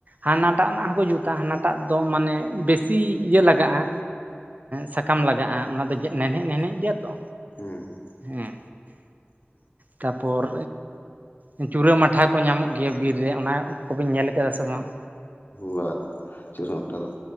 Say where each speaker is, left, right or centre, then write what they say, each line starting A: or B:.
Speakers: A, on the right (about 45°); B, on the left (about 50°).
A: ᱦᱟᱱᱟᱴᱟᱜ
B: ᱦᱮᱸ
A: ᱨᱮᱱᱟᱜ ᱦᱚᱸᱠᱚ ᱡᱩᱛᱟ ᱟᱜ ᱦᱟᱱᱟᱴᱟᱜ ᱫᱚ ᱢᱟᱱᱮ ᱵᱮᱥᱤ ᱤᱭᱟᱹ ᱞᱟᱜᱟᱜᱼᱟ ᱥᱟᱠᱟᱢ ᱞᱟᱜᱟᱜᱼᱟ ᱚᱱᱟ ᱫᱚ ᱱᱦᱮᱜ ᱱᱦᱮᱜ ᱜᱮᱭᱟ ᱛᱚ
B: ᱦᱮᱸ
A: ᱦᱮᱸ
B: <inaudible>
A: ᱛᱟᱨᱯᱚᱨ ᱮ ᱪᱲᱟᱹ ᱢᱟᱴᱷᱟ ᱠᱚ ᱧᱟᱢᱚᱜ ᱜᱮᱭᱟ ᱵᱤᱨ ᱨᱮ ᱚᱱᱟ ᱠᱚᱵᱤᱱ ᱧᱮᱞ ᱠᱮᱫᱟ ᱥᱮ ᱵᱟᱝ
B: ᱵᱟ ᱪᱤᱨᱦ ᱦᱚᱸᱴᱷᱟ ᱫᱚ